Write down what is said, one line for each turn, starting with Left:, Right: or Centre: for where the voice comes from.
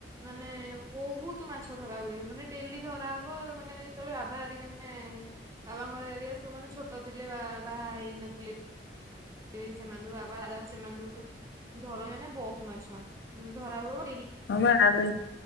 Right: ମାନେ ବହୁତ ମାଛ ଧରା ହୁଏ। ମାନେ ଡେଲି ଧରାହବ, ମାନେ ଯେତେବେଳେ ବାବା ହେରିକା ମାନେ ବାବାଙ୍କର ଏରିଆ ସବୁ ମାନେ ଛୋଟ ଥିଲେ, ବା- ବାହା ହେଇନଥିଲେ। ଏଇ ସେମାନ ସବୁ ବାବା ଏକା ସେମାନଙ୍କ ଉପରେ ଧରନ୍ତି ମାନେ ବହୁତ ମାଛ ଉଁ, ଧରାହୁ
Left: ହଁ ବା ଆଗ <inaudible>